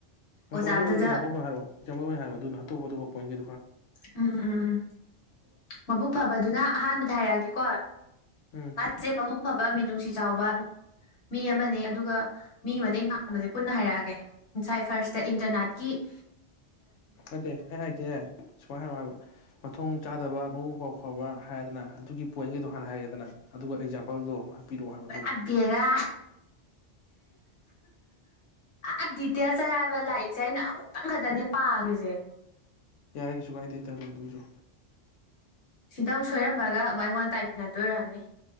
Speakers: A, on the left; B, on the left.
A: ꯑꯣꯖꯥꯗꯨꯗ
B: ꯎꯣ ꯑꯗꯨ ꯑꯦꯛꯖꯥꯄꯜ ꯑꯣꯏꯅ ꯍꯥꯏꯔꯑꯣ ꯑꯦꯛꯥꯝꯜ ꯑꯣꯏꯅ ꯍꯥꯏꯔꯑꯣ ꯑꯗꯨ ꯑꯣꯞꯇꯣꯞꯄ ꯄꯣꯏꯟꯒꯤ
A: ꯎꯝ ꯎꯝ ꯎꯝ ꯎꯝ ꯃꯕꯨꯛ ꯐꯕꯗꯨꯅ ꯑꯍꯥꯟꯕꯗ ꯍꯥꯏꯔꯛꯑꯒꯦ ꯀꯣ
B: ꯎꯝ
A: ꯃꯥꯁꯦ ꯃꯕꯨꯛ ꯐꯕ ꯃꯤꯅꯨꯡꯁꯤ ꯆꯥꯎꯕ ꯃꯤ ꯑꯃꯅꯦ ꯑꯗꯨꯒ ꯃꯤꯒꯤ ꯃꯇꯦꯡ ꯄꯥꯡꯕꯁꯦ ꯄꯨꯟꯅ ꯍꯥꯏꯔꯛꯑꯒꯦ ꯉꯁꯥꯏ ꯐꯥꯔꯁꯇ ꯏꯟꯇꯔꯅꯥꯠꯀꯤ <inaudible>
B: ꯑꯗ ꯍꯦ ꯍꯥꯏ ꯏꯗꯤꯦ ꯁꯨꯃꯥꯏ ꯍ ꯃꯊꯣꯡ ꯆꯥꯗꯕ ꯃꯕꯨꯡ ꯄꯥꯎ ꯐꯕ ꯍꯥꯏꯗꯅ ꯑꯗꯨꯒꯤ ꯄꯣꯏꯟꯒꯤꯗꯣ ꯍꯥꯟꯅ ꯍꯥꯏꯒꯦꯗꯅ ꯑꯗꯨꯒ ꯑꯦꯛꯖꯥꯝꯄꯜꯗꯣ ꯄꯤꯔꯛꯑꯣ ꯍꯥꯏꯕ ꯑꯗꯨꯒ
A: ꯑꯕꯔꯥ ꯑ ꯗꯤꯇꯦꯜ ꯆꯕ ꯂꯥꯏꯔꯤꯛꯁꯦ ꯑꯩꯅ ꯑꯃꯨꯛꯇꯪ ꯈꯛꯇꯅꯦ ꯄꯥꯈ꯭ꯔꯤꯁꯦ
B: ꯀꯥꯏ ꯀꯩꯁꯨ ꯀꯥꯏꯗꯦꯗꯗ ꯑꯗꯨꯁꯨ
A: ꯇꯪ ꯁꯣꯏꯔꯝꯃꯒ ꯑꯩꯉꯣꯟꯗ ꯇꯥꯏꯇꯟꯅꯗꯣꯏꯔꯝꯅꯤ